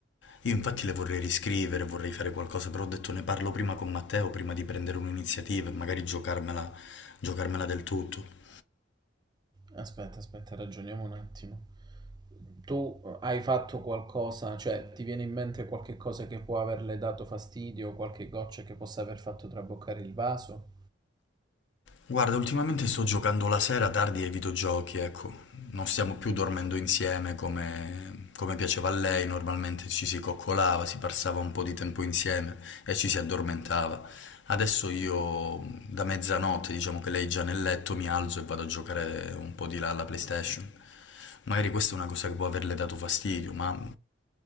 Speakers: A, on the left; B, on the right.
A: Io infatti le vorrei riscrivere, vorrei fare qualcosa, però ho detto ne parlo prima con Matteo, prima di prendere un'iniziativa e magari giocarmela, giocarmela del tutto.
B: Aspetta, aspetta, ragioniamo un attimo. Tu hai fatto qualcosa, cioè ti viene in mente qualche cosa che può averle dato fastidio, qualche goccia che possa aver fatto traboccare il vaso?
A: Guarda, ultimamente sto giocando la sera tardi ai videogiochi, ecco. Non stiamo più dormendo insieme come, come piaceva a lei, normalmente ci si coccolava, si passava un po' di tempo insieme e ci si addormentava. Adesso io da mezzanotte, diciamo che lei è già nel letto, mi alzo e vado a giocare un po' di là alla PlayStation. Magari questa è una cosa che può averle dato fastidio, ma